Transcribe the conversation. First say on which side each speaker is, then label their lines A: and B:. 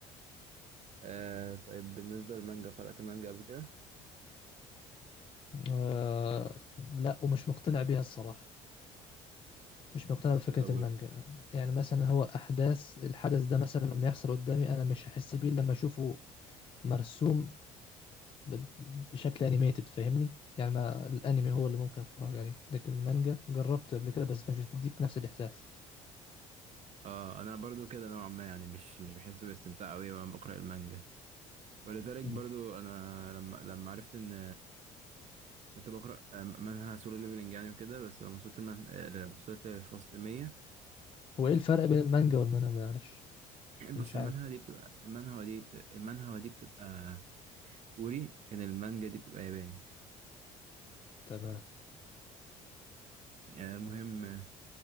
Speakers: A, on the right (about 45°); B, on the left (about 35°).
A: آه طيب بالنسبة للمانجا قرأت مانجا قبل كده؟
B: آه لا ومش مقتنع بيها الصراحة مش مقتنع بفكرة
A: طب وال-
B: المانجا يعني مثلا هو أحداث الحدث ده مثلا لما يحصل قدامي أنا مش هحس بيه لما أشوفه مرسوم ب- بشكل أنيميتد فاهمني يعني ما الأنمي هو اللي ممكن أتفرج عليه لكن المانجا جربت قبل كده بس مش بتديك نفس الإحساس
A: اه انا برضو كده نوعا ما يعني مش مش بحس باستمتاع قوي وانا بقرا المانجا ولذلك
B: مم.
A: برضو انا لما لما عرفت ان كنت بقرا منها سولو ليفلنج يعني وكده بس لما وصلت المن... آه، لما وصلت للفصل 100
B: هو إيه الفرق بين المانجا والمانهوا معلش مش
A: بص المانهوا
B: عارف
A: دي بتبقى المانهوا دي بتبقى المانهوا دي بتبقى كوري لكن المانجا دي بتبقى ياباني
B: تمام
A: آه، المهم